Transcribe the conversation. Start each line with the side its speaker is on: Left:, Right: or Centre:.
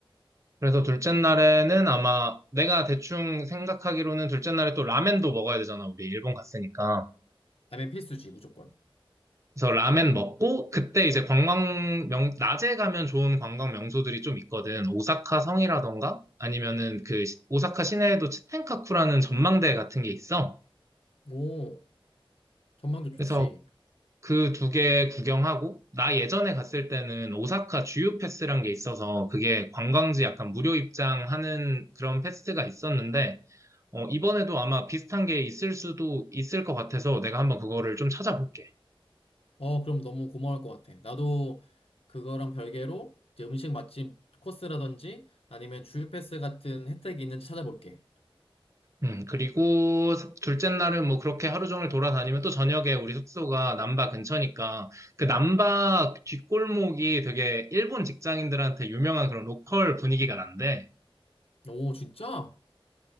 Right: 그래서 둘째 날에는 아마 내가 대충 생각하기로는 둘째 날에 또 라멘도 먹어야 되잖아. 우리 일본 갔으니까.
Left: 라면 필수지, 무조건.
Right: 그래서 라멘 먹고 그때 이제 관광 명, 낮에 가면 좋은 관광 명소들이 좀 있거든. 오사카 성이라던가 아니면은 그 시- 오사카 시내에도 치텐카쿠라는 전망대 같은 게 있어.
Left: 오, 전망도 좋지.
Right: 그래서 그 두 개 구경하고, 나 예전에 갔을 때는 오사카 주유 패스란 게 있어서, 그게 관광지 약간 무료 입장하는 그런 패스가 있었는데, 어, 이번에도 아마 비슷한 게 있을 수도 있을 것 같아서 내가 한번 그거를 좀 찾아볼게.
Left: 어, 그럼 너무 고마울 것 같아. 나도 그거랑 별개로 이제 음식 맛집 코스라든지 아니면 주유 패스 같은 혜택이 있는지 찾아볼게.
Right: 음, 그리고 둘째 날은 뭐 그렇게 하루 종일 돌아다니면 또 저녁에 우리 숙소가 남바 근처니까 그 남바 뒷골목이 되게 일본 직장인들한테 유명한 그런 로컬 분위기가 난데
Left: 오, 진짜?